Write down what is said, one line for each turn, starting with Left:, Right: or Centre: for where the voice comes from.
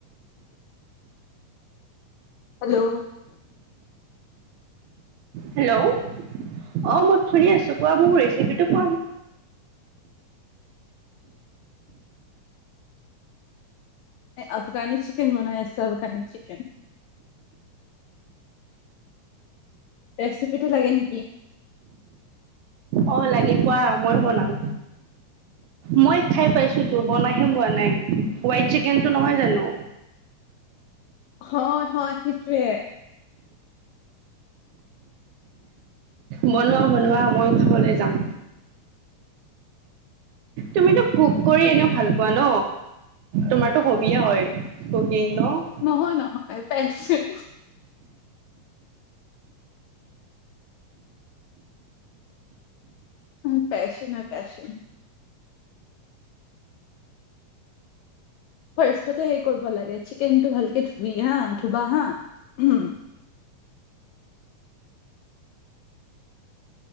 Left: হেল্ল'?
Right: হেল্ল'? অ মই শুনি আছোঁ, কোৱা মোৰ ৰেচিপিটো <unintelligible>
Left: আফগানী চিকেন বনাই আছোঁ, আফগানী চিকন। ৰেচিপিটো লাগে নেকি?
Right: অ লাগে কোৱা, মইো বনাম। মই খাই পাইছোঁ তো, বনাইাতো পোৱা নাই, হোৱাইট চিকেনতটো নহয় জানো?
Left: হয় হয় সেইটোৱে।
Right: বনোৱা, বনোৱা, মইয়ো খাবলৈ যাম। তুমিতো কুক কৰি এনেও ভাল পোৱা ন, তোমাৰতো হবিয়ে হয়। কুকিং ন
Left: নহয়, নহয়, পেশচন। মোৰ পেশচন হয়, পেশচন। <unintelligible> হেৰি কৰিব লাগে চিকেনটো ভালকে ধুবি হা, ধুবা হা, উম।